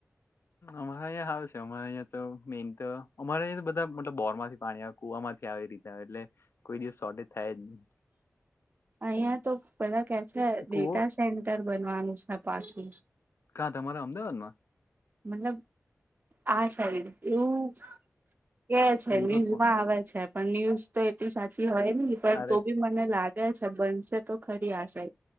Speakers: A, on the left; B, on the right.
A: અમારા અહીં હારુ છે અમારે અંયા તો મેન તો અમારે અંયા તો બધા મતલબ બોર માંથી પાણી આવે કુ વામાંથી આવે રીતે એટલે કોઈ દિવસ શોટેજ થાય જ ની
B: અહિયાં તો બધા કે છે ડેટા
A: કુવો
B: સેન્ટર બનવાનુ છે પાછુ
A: કા તમારા અમદાવાદ માં
B: મતલબ આ છે એવું કે છે
A: રિવરફ્રન્ટ
B: ન્યૂઝ માં આવે છે પણ ન્યૂઝ તો એટલી સાચી હોય ન પણ
A: અરે
B: તો બી મને લાગે છે બનશે તો ખરી આશે